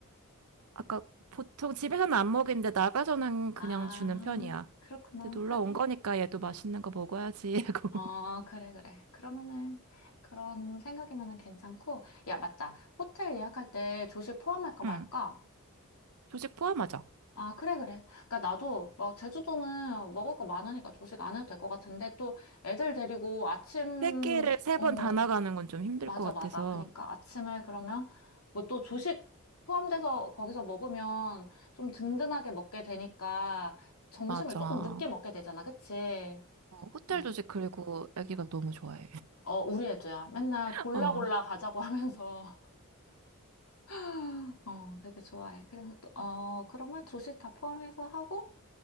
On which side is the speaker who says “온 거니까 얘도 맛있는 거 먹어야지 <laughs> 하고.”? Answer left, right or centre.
Right